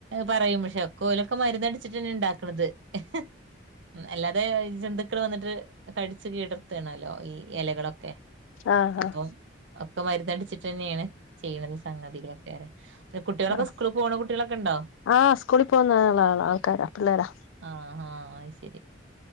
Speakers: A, on the right; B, on the left.
A: പറയും പക്ഷെ ഒക്കലൊക്കെ മരന്ന്ടിച്ചിട്ടന്നെ ഉണ്ടാക്കണുന്നത് <unintelligible> ഉ അല്ലാതെ ജന്തുക്കൾ വന്നിട്ട് കടിിച്ചു കീടർത്തണല്ലോ ഈ ഇലകളൊക്കെ
B: ആഹ്
A: അപ്പൊ
B: ആഹ്
A: ഒക്കെ മരുന്നടിച്ചിട്ട് തന്നെയാണ് ചെയ്യണത് സംഗതി കു കുട്ടികളൊക്കെ
B: ആഹ്
A: സ്കൂള പോകണ കുട്ടികളൊക്കെ ഉണ്ടോ
B: ആഹ് സ്കൂളിൽ പോകുന്നള്ള ആളാ ആൾക്കാരാ പിള്ളേരാ
A: ആഹ ആഹ ആ ശരി